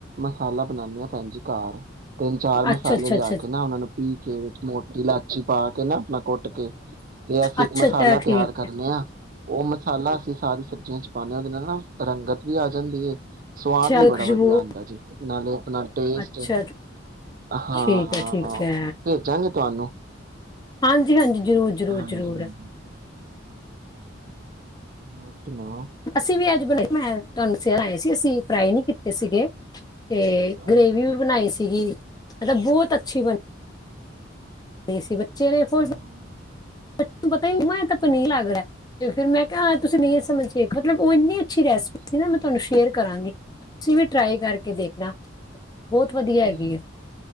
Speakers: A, on the right; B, on the left.
A: ਮਸਾਲਾ ਬਣਾਉਂਦੇ ਆ ਭੈਣ ਜੀ ਘਰ। ਤਿੰਨ ਚਾਰ ਮਸਾਲੇ
B: ਅੱਛਾ ਅੱਛਾ
A: ਲਿਆ
B: ਅੱਛਾ
A: ਕੇ ਨਾ ਉਹਨਾ ਨੂੰ ਪੀ ਕੇ ਵਿੱਚ ਮੋਟੀ ਇਲਾਚੀ ਪਾ ਕੇ ਨਾ ਆਪਣਾ ਕੁੱਟ ਕੇ ਤੇ ਅਸੀਂ
B: ਅੱਛਾ
A: ਇੱਕ ਮਸਾਲਾ
B: ਅੱਛਾ ਠੀਕ
A: ਤਿਆਰ ਕਰਨੇ
B: ਹੈ
A: ਆ ਉਹ ਮਸਾਲਾ ਅਸੀਂ ਸਾਰੀ ਚ ਪਾਉਂਦੇ ਉਹਦੇ ਨਾਲ ਨਾ ਰੰਗਤ ਵੀ ਆ ਜਾਂਦੀ ਐ। ਸਵਾਦ
B: ਅੱਛਾ
A: ਵੀ ਬੜਾ
B: ਖੁਸ਼ਬੂ
A: ਵਧੀਆ ਆਉਂਦਾ ਜੀ। ਨਾਲੇ ਆਪਣਾ ਟੇਸਟ
B: ਅੱਛਾ
A: ਹਾਂ,
B: ਠੀਕ ਐ ਠੀਕ ਐ।
A: ਭੇਜਾਂਗੇ ਤੁਹਾਨੂੰ,
B: ਹਾਂਜੀ-ਹਾਂਜੀ ਜ਼ਰੂਰ ਜ਼ਰੂਰ
A: ਹਾਂਜੀ
B: ਜ਼ਰੂਰ।
A: ਹਾਂਜੀ, ਹੋਰ? ਨਾ।
B: ਅਸੀਂ ਵੀ ਅੱਜ ਬਣਾਏ ਮੈਂ ਤੁਹਾਨੂੰ <unintelligible> ਸੀ ਅਸੀਂ ਫਰਾਏ ਨੀ ਕੀਤੇ ਸੀਗੇ। ਤੇ
A: ਹਾਂਜੀ,
B: ਗਰੇਵੀ ਵੀ ਬਣਾਈ ਸੀਗੀ। ਮਤਲਬ ਬਹੁਤ ਅੱਛੀ ਬਣੀ। ਦੇਸੀ ਬੱਚੇ ਚੇਰੇ ਫੋਲ
A: ਹਾਂ,
B: ਤੂੰ ਪਤਾ ਤਾਂ ਪਨੀਰ ਲੱਗ ਰਿਹਾ। ਤੇ ਫੇਰ ਮੈਂ ਕਿਹਾ ਹ ਤੁਸੀਂ ਨਹੀਂ ਇਹ ਸਮਝ ਕੇ ਮਤਲਬ ਉਹ ਇੰਨੀ ਅੱਛੀ ਰੈਸਪੀ
A: ਅੱਛਾ-ਅੱਛਾ,
B: ਸੀ ਨਾ ਮੈਂ ਤੁਹਾਨੂੰ ਸ਼ੇਅਰ ਕਰਾਂਗੀ। ਤੁਸੀਂ ਵੀ ਟਰਾਈ ਕਰਕੇ ਦੇਖਣਾ। ਬਹੁਤ ਵਧੀਆ ਹੈਗੀ
A: ਨਹੀਂ
B: ਹੈ